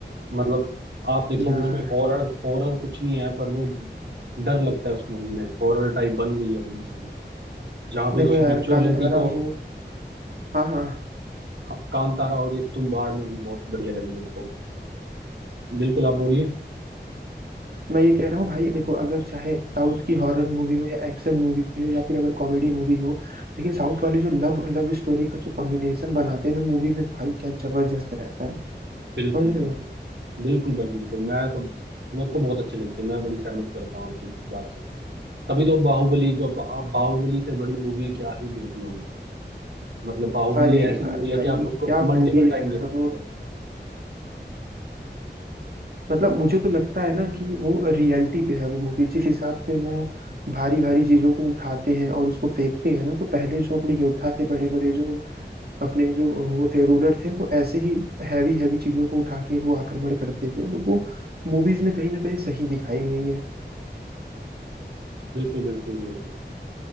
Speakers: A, on the right (about 75°); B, on the right (about 55°).
A: मतलब आप देखो
B: यार
A: उसमें हॉरर हॉरर कुछ नहीं है पर वो डर लगता है उस मूवी में हॉरर टाइप बन गई है वो मूवी जहाँ पे
B: देखो
A: उस
B: यार
A: विजुअलिटी
B: कांतारा
A: को
B: हो हाँ हाँ
A: हाँ, कांतारा और ये तुम बाड़ मूवी बहुत बढ़िया लगी मेरे को बिल्कुल आप बोलिए
B: मैं ये कह रहा हूँ भाई देखो अगर चाहे साउथ की हॉरर मूवी हो या एक्शन मूवी हो या फिर अगर कॉमेडी मूवी हो लेकिन साउथ वाले जो लव लव स्टोरी का जो कॉम्बिनेशन बनाते हैं ना मूवी में भाई क्या जबरदस्त रहता है समझ
A: बिल्कुल
B: रहे
A: बिल्कुल
B: हो
A: बिल्कुल भाई बिल्कुल मैं तो मेरे को बहुत अच्छी लगती है मैं बड़ी सहमत करता हूँ आपकी इस बात से तभी तो बाहुबली जो बा- आप बाहुबली से बड़ी मूवी क्या ही देख लोगे मतलब बाहुबली
B: अरे
A: ऐसी
B: यार
A: मूवी है
B: भाई
A: कि आप उसको
B: क्या
A: मल्टीपल
B: मूवी है
A: टाइम
B: यार
A: देख सकते
B: वो
A: हो
B: मतलब मुझे तो लगता है ना कि वो रियलिटी पे है वो मूवी जिस हिसाब से वो भारी भारी चीजों को उठाते हैं और उसको फेंकते हैं ना तो पहले जो अपने योद्धा थे बड़े बड़े जो अपने जो वो थे रूलर थे वो ऐसे ही हैवी हैवी चीजों को उठा के वो आक्रमण करते थे और वो मूवीज में कहीं ना कहीं सही दिखाई गई है
A: बिल्कुल बिल्कुल बिल्कुल